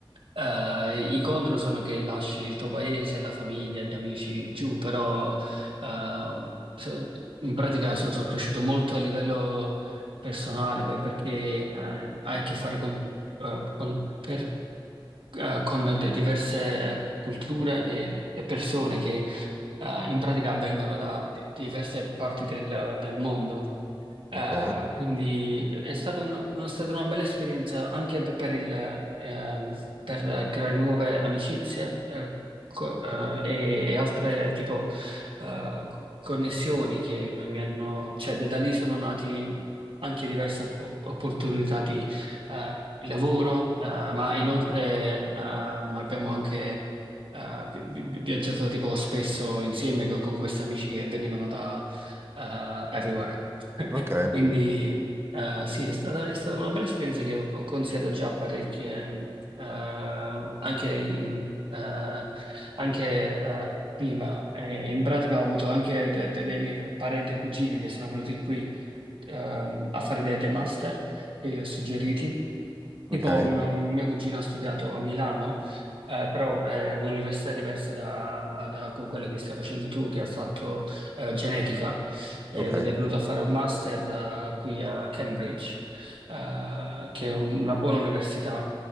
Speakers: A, on the right; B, on the right.
A: Eh, I contro sono che lasci il tuo paese, la famiglia, gli amici giù, però eh, se- in pratica so- sono cresciuto molto a livello personale per- perché eh, hai a che fare con, eh, con- per- eh, con de- diverse eh, culture e e persone che eh, in pratica avvengono da di- diverse parti del, del mondo. Eh,
B: Ok,
A: quindi è stato uno- una- stata una bella esperienza anche per, per il, ehm, per creare nuove amicizie eh, co- eh, e, e altre tipo eh, co- connessioni che mi, mi hanno, cioè da da lì sono nati anche diverse op- opportunità di eh, lavoro, eh, ma inoltre ehm, abbiamo anche eh, vi- vi- viaggiato tipo spesso insieme co- con questi amici che venivano da eh, everywhere. <laughs>
B: ok,
A: Quindi eh, sì, è stata, è stata una bella esperienza che ho, ho consigliato già a parecchie, mh, eh, anche, in- eh, anche, eh, prima. Eh, in pratica ho avuto anche de- de- dei miei parenti e cugini che sono venuti qui ehm, a fare dei, dei master che io ho suggeriti.
B: ok,
A: Tipo un, un mio cugino ha studiato a Milano, eh, però è un'università diversa da, da quella che stai facendo tu, che ha fatto eh, genetica. Eh,
B: ok,
A: ed è venuto a fare un master eh, qui a Cambridge, eh, che è un- una buona università,